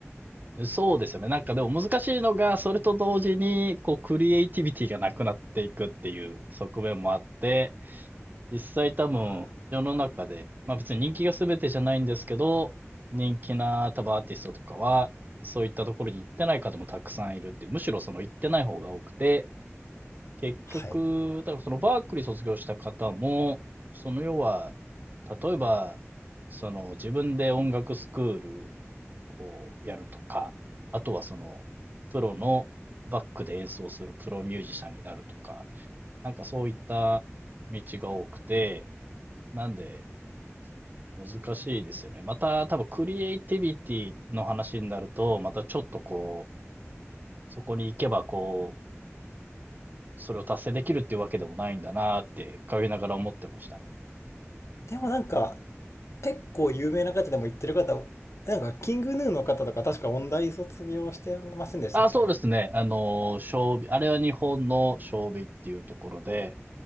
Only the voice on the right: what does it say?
ね。そうですよね。なんかでも難しいのが、それと同時に、こう、クリエイティビティがなくなっていくっていう側面もあって、実際多分、
世の中で、まあ別に人気が全てじゃないんですけど、人気な多分アーティストとかは、そういったところに行ってない方もたくさんいるって、むしろその行ってない方が多くて、結局、
だからそのバークリー卒業した方も、その要は、例えば、その自分で音楽スクールをやるとか、あとはその、プロのバックで演奏するプロミュージシャンになるとか、なんかそういった道が多くて、なんで難しいですよね。また多分クリエイティビティの話になると、またちょっとこう、そこに行けばこう、それを達成できるっていうわけでもないんだなって、通いながら思ってましたね。
あ、そうですね。あの、将棋、あれは日本の将棋っていうところで、